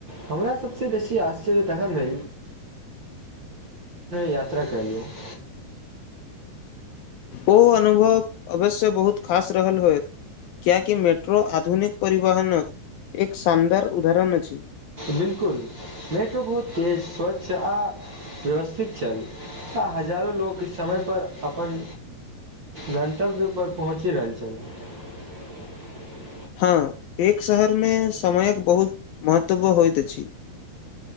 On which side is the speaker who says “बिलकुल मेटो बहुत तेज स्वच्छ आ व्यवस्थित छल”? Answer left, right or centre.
Right